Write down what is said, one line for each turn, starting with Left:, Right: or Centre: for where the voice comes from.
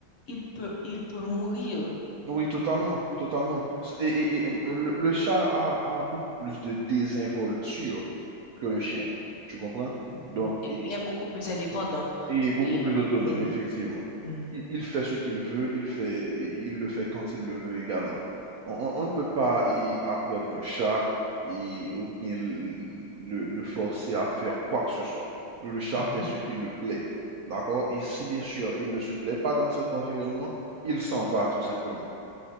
Left: il peut, il peut mourir.
Right: Oui, totalement, totalement. S- Et, et- et, euh, le, le chat a, a beaucoup plus de désinvolture que le chien, tu comprends?
Left: Mhm.
Right: Donc,
Left: Et Il est beaucoup plus indépendant.
Right: Et beaucoup
Left: Et,
Right: plus autonome,
Left: et- mhm,
Right: effectivement.
Left: mhm,
Right: Il, il fait ce qu'il veut, il fait, et il le fait quand il le veut également. On, on- on ne peut pas y apprendre un chat et, ou bien le, le forcer à faire quoi que ce soit. Le chat
Left: mhm.
Right: fait ce qu'il le plaît. D'accord? Et si, bien
Left: Ouais.
Right: sûr, il ne se plaît pas dans cet environnement, il s'en va tout simplement.